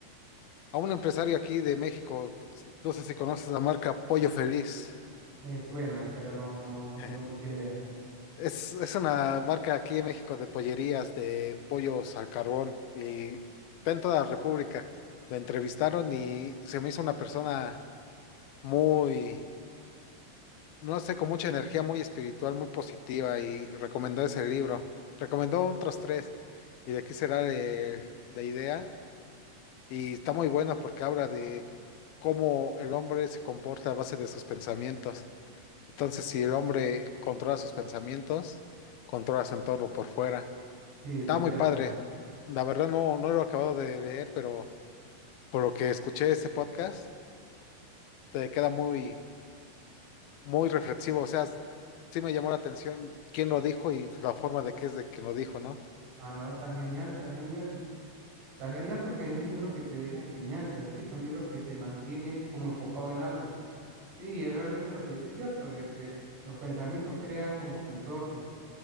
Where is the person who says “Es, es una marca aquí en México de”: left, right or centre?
Left